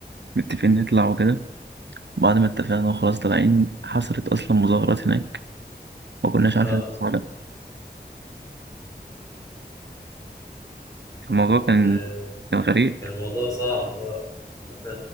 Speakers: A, on the right; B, on the left.
A: متفقين نطلع وكده بعد ما اتفقنا وخلاص طالعين حصلت اصلا مظاهرات هناك ما كناش عارفين
B: آه
A: نطلع ولا لأ. فالموضوع كان
B: آه،
A: كان غريب
B: كان الموضوع صعب آه، إن إحنا